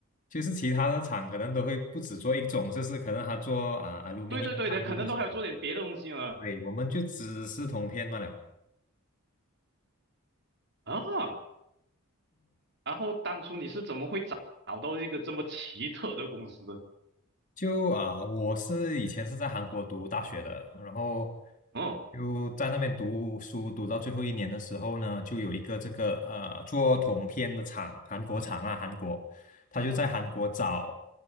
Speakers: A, on the left; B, on the right.
A: 就是其他的厂可能都会不只做一种，就是可能他做啊、a l u m
B: 对哦对对的，
A: i n i
B: 可能都还有做点别的东西呢。
A: 做什么？对，我们就只是铜片罢了。
B: 啊然后当初你是怎么会找找到一个这么奇特的公司？
A: 就啊、我是以前是在韩国读大学的，然后
B: 嗯
A: 就在那边读书，读到最后一年的时候呢，就有一个这个呃做铜片的厂，韩国厂啊，韩国，他就在韩国找